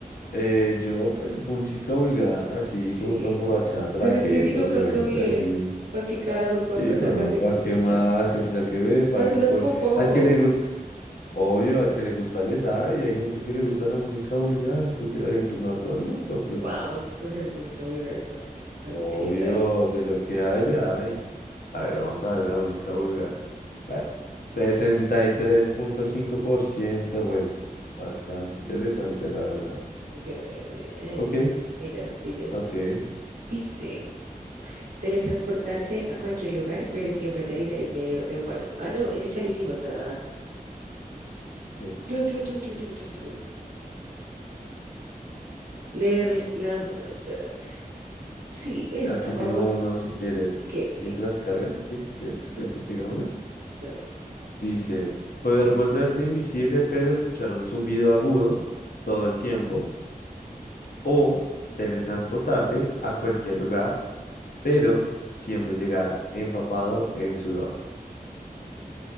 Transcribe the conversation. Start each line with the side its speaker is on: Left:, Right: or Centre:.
Left: Eh, yo, pues, música vulgar, así
Right: Sí,
Left: como fue emborrachada, traquetos,
Right: pues es que si no canto
Left: y hay gente
Right: bien,
Left: así.
Right: ¿para qué carajos voy
Left: Sí,
Right: a cantar
Left: no,
Right: canciones
Left: ¿para
Right: bonitas?
Left: qué más? Así sea que me paguen
Right: Para eso las
Left: por.
Right: compongo.
Left: Al que le gusta, obvio, al que le gusta les hay. Hay gente que le gusta la música vulgar, porque, eh, pues, no a todo el mundo, pero
Right: Vamos
Left: pues,
Right: a escoger música vulgar, entonces dale
Left: obvio,
Right: clic a eso.
Left: de lo que hay, de hay. A ver, vamos a ver la música vulgar. Claro. sesenta y tres punto cinco por ciento bueno, bastante interesante, la verdad.
Right: Qué bien.
Left: Ok,
Right: Mira, pilla esta.
Left: ok.
Right: Dice, teletransportarse a cualquier lugar, pero siempre aterrizar en medio de un baño. Ah, no, ese ya lo hicimos, perdona.
Left: ok.
Right: Tu, tu, tu, tu, tu, tu, tu. Leer la... la- No, espérate. Sí, esta,
Left: Aquí
Right: vamos.
Left: tengo uno si quieres.
Right: ¿Qué? Dime.
Left: Mientras carga, ¿qui- ¿quieres,
Right: Ajá,
Left: quieres que te diga una?
Right: dale.
Left: Dice, poder volverte invisible pero escuchar un zumbido agudo todo el tiempo o teletransportarte a cualquier lugar pero siempre llegar empapado en sudor.